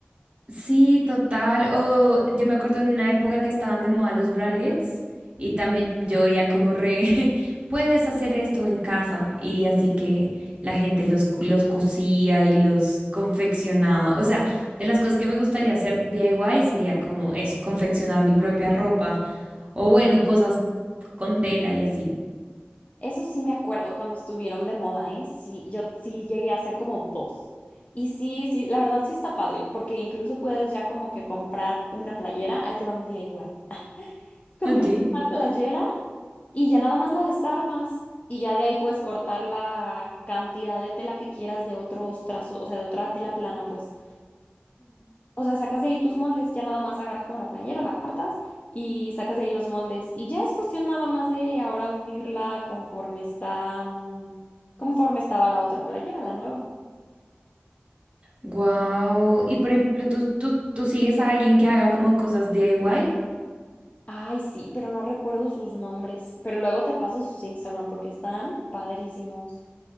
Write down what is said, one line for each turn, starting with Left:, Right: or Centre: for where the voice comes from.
Right: Sí, total. O yo me acuerdo en una época que estaban de moda los bralets y también yo veía como re, <laughs> puedes hacer esto en casa y así que la gente los, los cosía y los confeccionaba. O sea, de las cosas que me gustaría hacer DIY sería como eso, confeccionar mi propia ropa o bueno, cosas con tela y así.
Left: Eso sí me acuerdo cuando estuvieron de moda, ¿eh? Sí, yo sí llegué a hacer como dos. Y sí, sí, la verdad sí está padre, porque incluso puedes ya como que comprar una playera, ahí te va un DIY. <laughs> Compras
Right: Ok.
Left: una playera y ya nada más la desarmas y ya de ahí puedes cortar la cantidad de tela que quieras de otros trazos, o sea, de otra tela plana, pues. O sea, sacas de ahí tus moldes, ya nada más agarras como la playera, la cortas y sacas de ahí los moldes. Y ya es cuestión nada más de ahora unirla conforme está, mm, conforme estaba la otra playera, la nueva.
Right: Wow. Y por ejemplo, ¿tú, tú, tú sigues a alguien que haga como cosas DIY?
Left: Ay, sí, pero no recuerdo sus nombres. Pero luego te paso sus Instagram porque están padrísimos.